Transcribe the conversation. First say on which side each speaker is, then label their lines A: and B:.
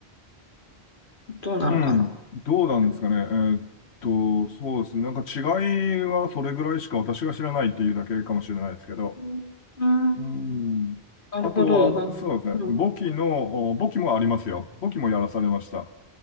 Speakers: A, on the left; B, on the left.
A: どうなのかな
B: うん、どうなんですかね。
A: う
B: えーっと、そうですね。なんか違いはそれぐらいしか私が知らないっていうだけかもしれないですけど。
A: ん、うん
B: うん。
A: なるほど。
B: あとは、
A: な、
B: そうですね。
A: うん、
B: 簿記の、お簿記もありますよ。簿記もやらされました。